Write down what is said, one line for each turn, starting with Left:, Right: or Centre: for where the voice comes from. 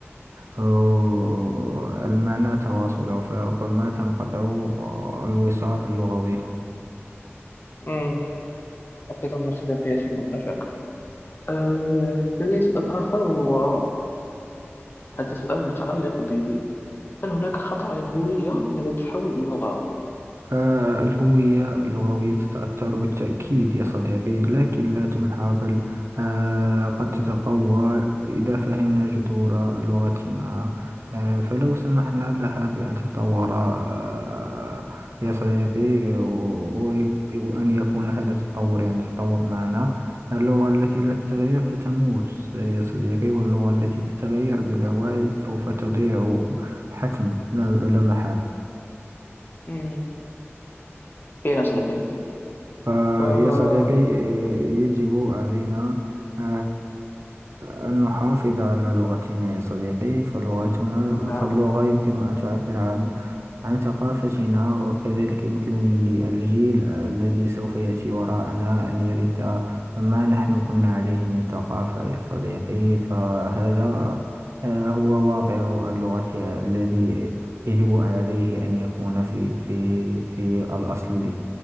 Right: آه، المعنى تواصله فربما تنقطع آه، الوصال اللغوي
Left: مم. أتفق مع صديقي ياسين أتفق أه... لدي سؤال آخر وهو هذا سؤال متعلق ب هل هناك خطر على الهوية من هذا التحول اللغوي؟
Right: فالهوية اللغوية تتأثر بالتأكيد يا صديقي لكن لا تمحى بل آه، قد تتقوى إذا فهمنا جذور لغتنا آه، فلو سمحنا لها بأن تتطور آه، يا صديقي و- ويب- وأن يكون هذا التطور يعني تطور معنا اللغة التي لا تتغير تتموت يا صديقي واللغة التي تتغير بلا وعي سوف تضيع حتما لا لا محالة
Left: مم، كاين صديقي ياسين.
Right: فيا
Left: آه،
Right: صديقي آه، يجب علينا آه، آه، أن نحافظ على لغتنا يا صديقي فلغتنا
Left: نعم
Right: فاللغة يمكن أن تعبر عن عن ثقافتنا وكذلك يمكن للجيل الذي سوف يأتي وراءنا أن يرث ما نحن كنا عليه من ثقافة يا صديقي فهذا آه، هو واقع اللغة الذي يجب عليه أن يكون في في في الأصل